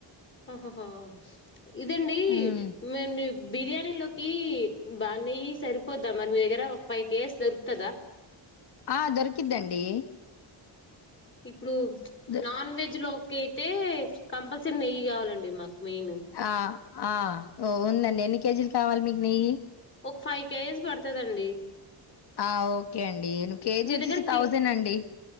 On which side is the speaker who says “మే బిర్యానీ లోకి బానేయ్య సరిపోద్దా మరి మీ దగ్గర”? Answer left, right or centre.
Left